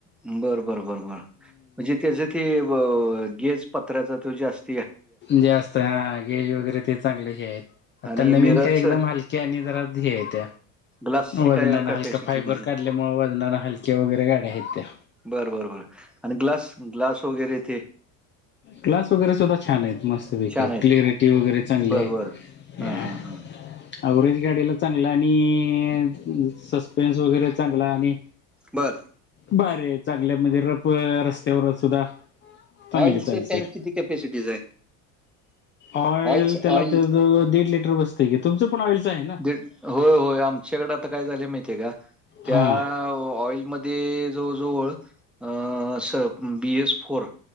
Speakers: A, in the centre; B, on the left.
A: बर बरं बर बर म्हणजे त्याचे ते गेज पत्राचा त जास्त
B: जास्त हा गेज वगैरे ते चांगले हे आहे आता
A: आणि
B: नवीन
A: मिररच
B: काही एकदम हलक के अन ते हायत
A: ग्लासची
B: वजनान
A: काय कॅपॅसिटी
B: हलक फायबर
A: त्याची
B: काढ ल्यामुळे वजनान हलक्या वगैरे गाड्या हायत त्या.
A: बरं बरं बर आणि ग्लास ग्लास वगैरे तेे?
B: ग्लास वगैरे सुद्धा छान आहेत मस्त.
A: छान आहेत
B: क्लियरिटी वगैरे चांगली
A: बर
B: आहे.
A: बर हा हा हा
B: अवरेज गाडीला चांगलं आणि सस्पेन्स वगैरे चांगला आणि
A: बरं!
B: भारी आहे चांगले म्हणजे रप रस्त्यावरच सुद्धा चांगली
A: ऑईल
B: चालते.
A: चं टँक किती कॅपसिटी चं आहे.
B: ऑइल
A: ऑइलच
B: त्याला
A: ऑइल
B: जववळ दीड लिटर बसत की तुमचं पण ऑइलचं आहे ना?
A: दीड होय होय आमच्याकडे आता काय झालं माहितीय का त्या
B: हा
A: ऑइलमध्ये ते जवळ जवळ अ B S four